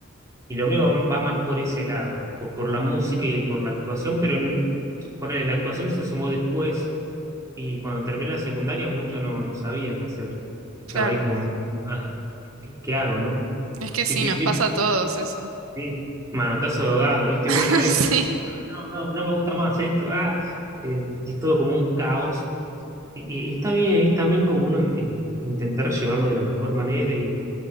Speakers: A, on the right (about 15°); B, on the right (about 80°).
A: y lo mío va, va más por ese lado, por, por la música y por la actuación, pero en- ponele, la actuación se sumó después y cuando terminé la secundaria mucho no, no sabía qué hacer. Estaba
B: claro.
A: ahí como, ah, ¿qué, qué hago, no?
B: Es que
A: Típico,
B: sí, nos
A: típico,
B: Sí, pasa a todos eso.
A: sí, manotazo de ahogado, ¿viste?
B: <laughs>
A: Bueno, no,
B: Sí,
A: no, no me gusta más esto, ah, eh, y es todo como un caos. Y, y está bien, es también como uno eh, intentar llevarlo de la mejor manera y,